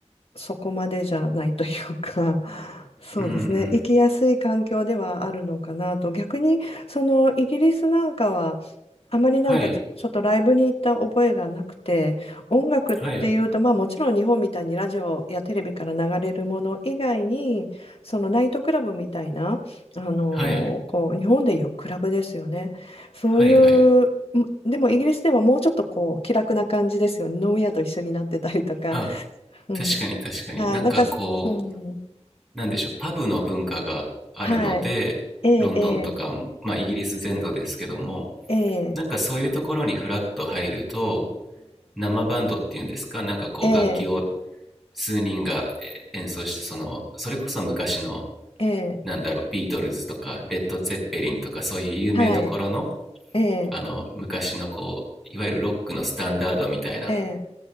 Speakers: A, on the left; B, in the centre.
A: そこまでじゃないというか、<laughs> そうですね、
B: うんうん。
A: 生きやすい環境ではあるのかなと、逆にそのイギリスなんかは、あまりなんかちょ、
B: はい。
A: ちょっとライブに行った覚えがなくて、音楽っていうと、
B: はい。
A: まあもちろん日本みたいにラジオやテレビから流れるもの以外に、そのナイトクラブみたいな、あのこう日本でいうクラブですよね。
B: はい。
A: そういう、
B: はいはい。
A: でもイギリスではもうちょっとこう気楽な感じですよね。飲み屋と一緒になってたりとか。
B: あ
A: うんはい、
B: 確かに確かに。なんかこう
A: なんか、うん、
B: なんでしょうパブの文化があるのでロンドンとか、
A: はい。ええ、
B: まあ、イギリス全土ですけども
A: ええ、ええ、
B: なんかそういうところにフラッと入ると生バンドっていうんですかなんかこう楽器を
A: ええ、
B: 数人が演奏してそのそれこそ昔の
A: ええ、
B: なんだろうビートルズとかレッド・ツェッペリンとかそういう有名どころの
A: はい、ええ、
B: あの昔のこういわゆるロックのスタンダードみたいな
A: ええ、